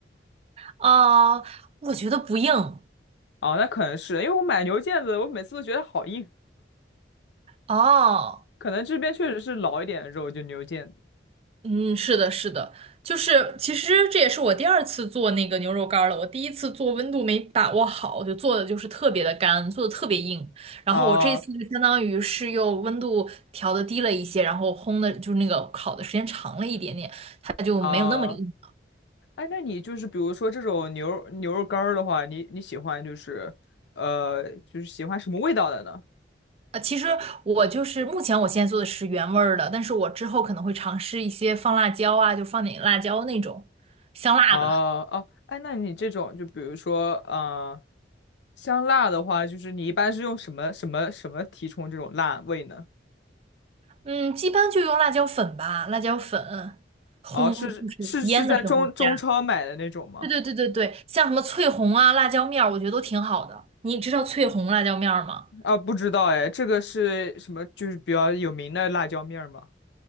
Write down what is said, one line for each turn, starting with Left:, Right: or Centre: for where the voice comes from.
Right: 啊、我觉得不硬。
Left: 哦，那可能是因为我买牛腱子，我每次都觉得好硬，
Right: 哦，
Left: 可能这边确实是老一点的肉，就牛腱子。
Right: 嗯，是的，是的，就是其实这也是我第二次做那个牛肉干儿了。我第一次做温度没把握好，就做的就是特别的干，做的特别硬。然后我这次就相当于是又温度调的低了一些，
Left: 啊
Right: 然后烘的就是那个烤的时间长了一点点，它就没有那么硬。
Left: 啊，哎，那你就是比如说这种牛牛肉干儿的话，你你喜欢就是呃就是喜欢什么味道的呢？
Right: 呃，其实我就是目前我现在做的是原味儿的，但是我之后可能会尝试一些放辣椒啊，就放点辣椒那种香辣的。
Left: 哦哦，哎，那你这种就比如说，呃，香辣的话，就是你一般是用什么什么什么提充这种辣味呢？
Right: 嗯，一般就用辣椒粉吧，辣椒粉烘就是腌的时候加。
Left: 哦，是是是在中中超买的那种吗？
Right: 对对对对对，像什么翠红啊、辣椒面儿，我觉得都挺好的。你知道翠红辣椒面儿吗？
Left: 啊，不知道哎，这个是什么？就是比较有名的辣椒面儿吗？